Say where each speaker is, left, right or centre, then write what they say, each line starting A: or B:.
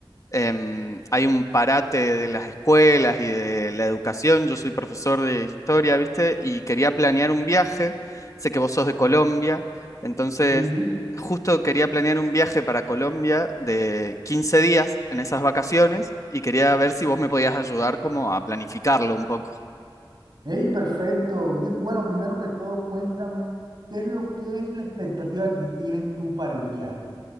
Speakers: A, on the left; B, on the right.
A: em, hay un parate de las escuelas y de la educación. Yo soy profesor de historia, ¿viste? Y quería planear un viaje. Sé que vos sos de Colombia, entonces
B: Sí.
A: justo quería planear un viaje para Colombia de 15 días en esas vacaciones y quería ver si vos me podías ayudar como a planificarlo un poco.
B: Hey, perfecto. Uy, Bueno, primero que todo, cuéntame, ¿qué es lo que es la expectativa que tienes tú para el viaje?